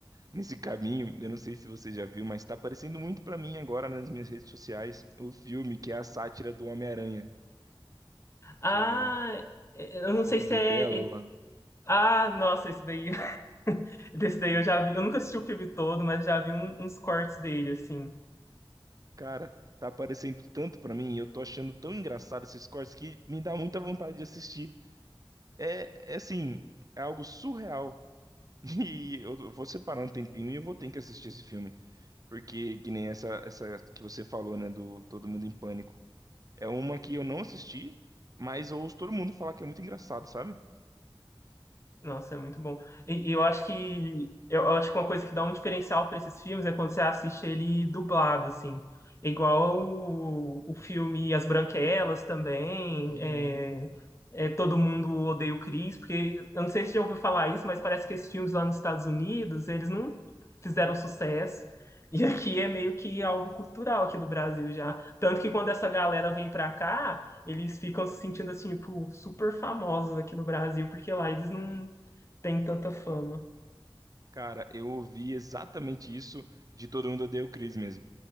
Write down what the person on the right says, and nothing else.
nesse caminho, eu não sei se você já viu, mas tá aparecendo muito pra mim agora nas minhas redes sociais o filme que é a sátira do Homem-Aranha,
que é
o
Libélula.
Cara, tá aparecendo tanto pra mim e eu tô achando tão engraçado esses cortes que me dá muita vontade de assistir. É, é assim, é algo surreal. <laughs> E eu vou separar um tempinho e eu vou ter que assistir esse filme. Porque, que nem essa, essa que você falou, né, do Todo Mundo em Pânico. É uma que eu não assisti, mas eu ouço todo mundo falar que é muito engraçado, sabe?
Hum,
Cara, eu ouvi exatamente isso de Todo Mundo Odeia o Chris mesmo.